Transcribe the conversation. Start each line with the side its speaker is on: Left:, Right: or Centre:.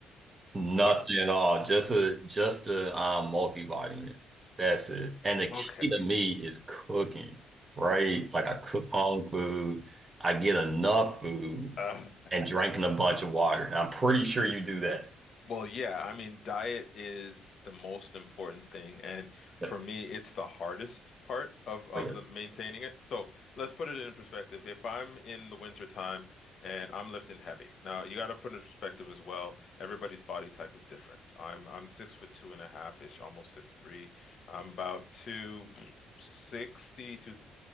Right: Nothing
Left: What?
Right: at all. Just a just a um multivitamin. That's it. And the key
Left: Okay.
Right: to me is cooking, right? Like I cook my own food, I get enough food
Left: Uh,
Right: and drinking a bunch of water. And I'm pretty sure you do that.
Left: Well, yeah, I mean, diet is the most important thing, and for
Right: Yeah.
Left: me, it's the hardest part of of
Right: Oh yeah.
Left: the maintaining it. So let's put it in perspective. If I'm in the winter time and I'm lifting heavy, now you got to put it in perspective as well. Everybody's body type is different. I'm I'm six foot two and a half ish, almost six three. I'm about two sixty, two seventy